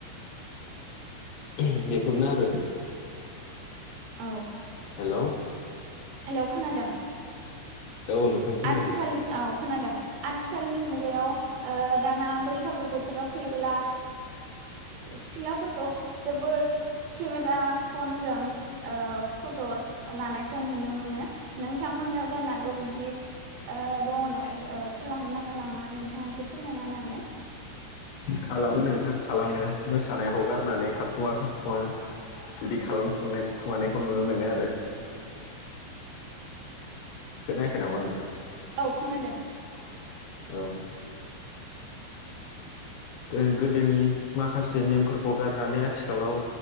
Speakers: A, on the left; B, on the right.
A: ओम बेफोरनो आरो
B: औ।
A: हेल
B: हेलौ खोनादों?
A: औ नोंथां खोनादों।
B: आथिखाल औ खोनादों आथिखालनि मुगायाव ओ दाना बैसागु बोथोराव फैबोला सिख्लाफोरखौ जोबोद केमेरा फनजों ओ‌ फट' लानायखौ नुनो मोनो नोंथांमोननाव जानांगौ बिदि ओ दङनो ओ खालामो ना खालामा नोंथाङा एसे फोरमायना नो हागोन।
A: खालामो नोंथां खालामो मोसानायखौ गारनानै थाखुमा- थाखुमा बिदि खालामखुनाय खुमानायखौ नुनो मोनो आरो। खोनायाखै नामा‌ नोंथां?
B: औ खोनादों।
A: औ गो-गोदोनि माखासे नेमफोरखौ गारनानै आथिखालाव